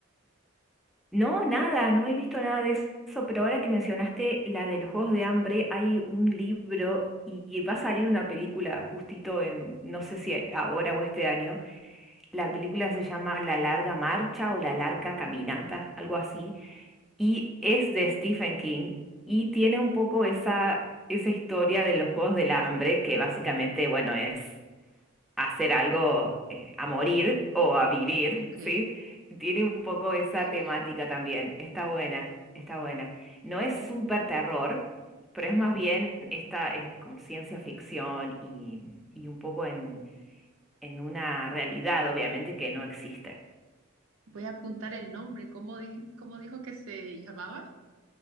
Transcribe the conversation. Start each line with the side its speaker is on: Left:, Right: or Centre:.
Centre: No, nada, no he visto nada de eso, pero ahora que mencionaste la de los Juegos de Hambre, hay un libro y y va a salir una película justito en, no sé si ahora o este año. La película se llama La larga marcha o La larga caminata, algo así, y es de Stephen King y tiene un poco esa, esa historia de los Juegos del Hambre, que básicamente, bueno, es hacer algo eh, a morir o a vivir,
Right: Ok.
Centre: ¿sí? Tiene un poco esa temática también. Está buena, está buena. No es súper
Right: Oh,
Centre: terror, pero es más bien esta, es como ciencia ficción y, y un poco en en una realidad, obviamente, que no existe.
Right: voy a apuntar el nombre. ¿Cómo, di- cómo dijo que se llamaba?